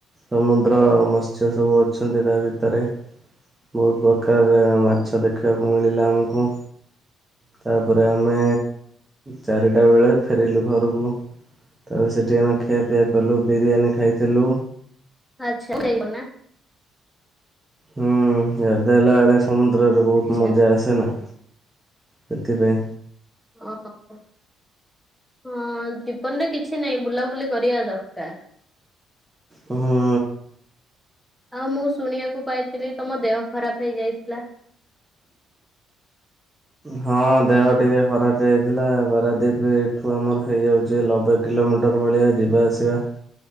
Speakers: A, on the right; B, in the centre.
A: ସମୁଦ୍ର ମତ୍ସ ସବୁ ଅଛନ୍ତି ତା ଭିତରେ ବହୁତ ପ୍ରକାରର ମାଛ ଦେଖିବାକୁ ମିଳିଲା ଆମକୁ ତାପରେ ଆମେ ଚାରିଟା ବେଳେ ଫେରିଲୁ ଘରକୁ ତା ସେଠି ଆମେ ଖିଆପିଆ କଲୁ ବିରିୟାନୀ ଖାଇଥିଲୁ
B: ଆଚ୍ଛା <inaudible> ଯ ନା
A: ହୁଁ ଗାଧେଇଲା ବେଳେ ସମୁଦ୍ରରେ ବହୁତ
B: ଆଚ୍ଛା
A: ମଜା ଆସେ ନା ସେଥିପାଇଁ
B: ଆଁ ହଁ ହଁ ଜୀବନରେ କିଛି ନାହିଁ ବୁଲାବୁଲି କରିବା ଦରକାର
A: ହଁ
B: ଆଉ ମୁଁ ଶୁଣିବାକୁ ପାଇଥିଲି ତମ ଦେହ ଖରାପ ହେଇଯାଇଥିଲା
A: ହଁ ଦେହ ଟିକେ ଖରାପ ହେଇଥିଲା ପାରାଦୀପ ଠୁ ଆମର ହେଇଯାଉଛି ଚି ଲବେ କିଲୋମିଟର ଭଳିଆ ଯିବା ଆସିବା